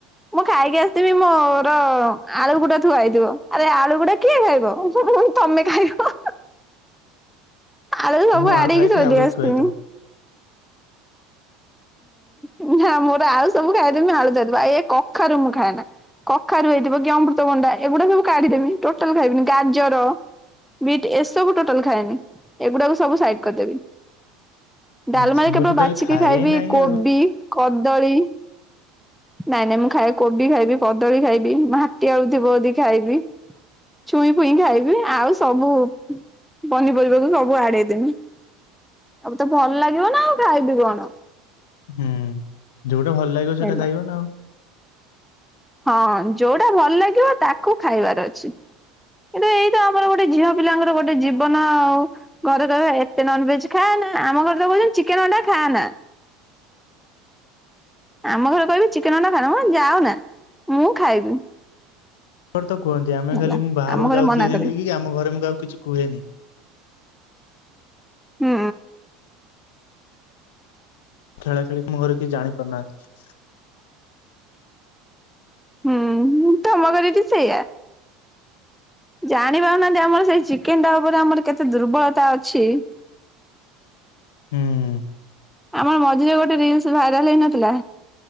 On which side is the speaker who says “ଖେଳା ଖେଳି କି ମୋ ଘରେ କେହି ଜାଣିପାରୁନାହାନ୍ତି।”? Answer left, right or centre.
Left